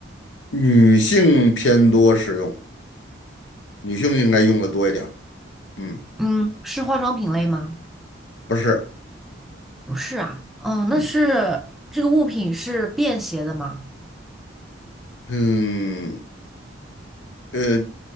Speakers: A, on the left; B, in the centre.
A: 女性偏多使用，女性应该用的多一点儿。嗯，
B: 嗯，是化妆品类吗？
A: 不是，
B: 不是啊。哦，那是这个物品是便携的吗？
A: 嗯嗯呃，